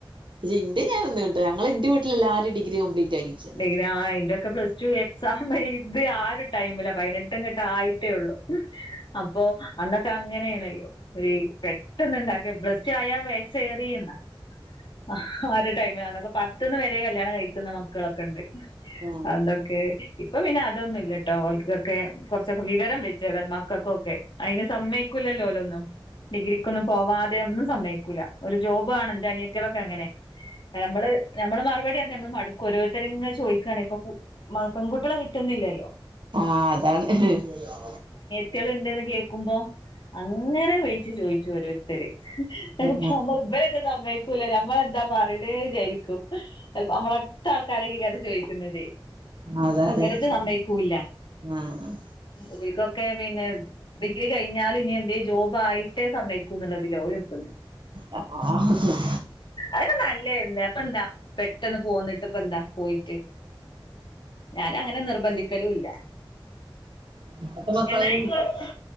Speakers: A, on the right; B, on the left.
A: <unintelligible> ഞാന കേട്ട ഞങ്ങള് <unintelligible> എന്റെ വീട്ടിൽ എല്ലാരും ഡിഗ്ര കംപ്ലീറ്റ് ആക്കിച്ചാണ്
B: ഡിഗ്രി ആ എന്റെയൊക്കെ പ്ലസ് ടു എക്സാംമഹ്ഹ് എഴുതി ആ ഒരു ടൈമിലാ പതിനെട്ട് അങ്ങിട്ട് ആയി. ആയിട്ടേ ഉള്ളു ഹ് അപ്പോ. അന്നൊക്കെ അങ്ങനെയണല്ലോ ഒരു പെട്ടന്ന് ഇണ്ടാക്കിയ പ്ലസ്ടു ആയ <unintelligible> എന്നാ. അഹാ ആ ഒരു ടൈമിൽ അന്നൊക്കെ പത്തിന്ന് വരെ കല്യാണം കഴിക്കുന്ന മക്കളൊക്കെ ഉണ്ട്.
A: ഉം
B: അന്നൊക്കെ. ഇപ്പൊ പിന്നെ അതൊന്നും ഇല്ല ട്ടോ ഓൾക്കൊക്കെ കുറച്ചൊക്കെ വിവരം വെച്ച് മക്കൾക്ക ഒക്കെ അയിന്. സമ്മയക്കൂല്ലല്ലോ അല്ല ഒന്നും ഡിഗ്രിക്കൊന്നും പോവാതെ ഒന്നും സമ്മയ്ക്കൂല ഒരു ജോബ് ആണ് എന്റെ അനിയ <unintelligible> <unintelligible> അങ്ങനെ നമ്മള് നമ്മള് മാ <unintelligible> മറുപടി നമ്മള് മടുക്കും ഓരോരുത്തരും ഇങ്ങനെ ചോയിക്കാണ് ഇപ്പ പു മാ പെൺകുട്ടികളെ കിട്ടുന്നില്ലല്ലോ.
A: ആഹാ അതാണ് ഹ്ഹ്ഹ്.
B: കുട്ടികള് ഇണ്ട്ന്ന് കേക്കുമ്പോ അങ്ങനെ വിളിച്ചു ചോയ്ച്ചു ഓരോരുത്തര്. എടാ
A: ആഹ്
B: നമ്മള് ഇബരത് സമ്മക്കൂല ഞമ്മ എന്താ പറയേണ്ടെന്ന് വിചാരിക്കും. ചെലപ്പ നമ്മളടുത്ത ആൾക്കാരൊക്കെക്കു അത്‌ ചോദി ന്നതേ
A: അതാണ്
B: ഇവരത് സമ്മയ്ക്കൂല്ല.
A: ആഹ്
B: ഓൽക്കൊക്കെ പിന്നെ ഡിഗ്രി കഴിഞ്ഞാലും ഇനി എന്തേ ജോബ് ആയിട്ടേ സമ്മയ്ക്കും എന്നുള്ളതില ഓൽ നിക്കുന്ന്.
A: ആ
B: അത നല്ലന്നെ അപ്പ എന്താ പെട്ടെന്ന് പോന്നിട്ട് ഇപ്പ എന്താ പോയിട്ട്. ഞാനു അങ്ങനെ നിർബന്ധിക്കലും ഇല്ല.
A: ഇപ്പത്തെ മക്കള്
B: എന്നായിക്കോട്ടെ